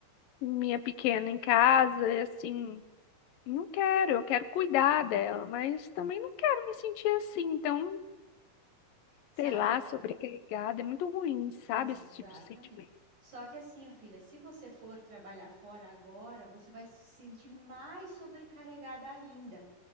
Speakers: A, on the left (about 80°); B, on the right (about 60°).
A: minha pequena em casa, e assim, não quero, eu quero cuidar dela, mas também não quero me sentir assim, então,
B: Sabe?
A: sei lá,
B: fi-
A: sobrecarregada, é muito ruim, sabe,
B: Exatamente.
A: esse tipo de sentimento.
B: Só que assim, ó, filha, se você for trabalhar fora agora, você vai se sentir mais sobrecarregada ainda.